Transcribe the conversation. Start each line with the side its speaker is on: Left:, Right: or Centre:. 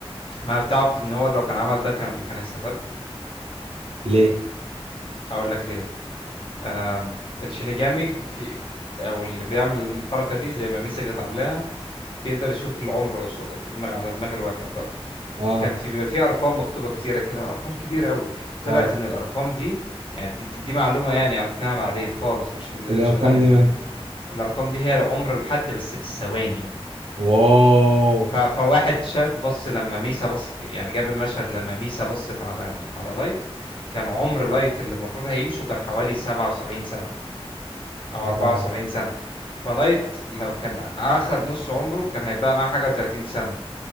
Left: ما بتعرف ان هو لو كان عمل ده كان كان هيستفاد
Right: ليه
Left: هقول لك ليه آم، الشينيجامي في, في او اللي بيعمل الحركه دي زي ما ميسا كانت عاملاها بيقدر يشوف العمر قص- في دماغ على دماغ الواحد برضه
Right: اه
Left: كان في بيبقى في ارقام مكتوبه كتيره كده ارقام كبيره قوي طلعت
Right: اه
Left: ان الارقام دي يعني دي, دي, دي معلومه يعني عرفناها بعدين خالص مش في ال-
Right: الارقام
Left: مش في الانمي
Right: دي مالها
Left: كمان الارقام دي هي العمر الحد بس بالثواني
Right: واو
Left: ف... فواحد شاف بص لما ميسا بص يعني جاب المشهد لما ميسا بصت على على لايت كان عمر لايت اللي المفروض هيعيشه كان حوالي 77 سنة أو
Right: اه
Left: 74 سنة فلايت لو كان أخد نص عمره كان هيبقى معاه حاجة و30 سنة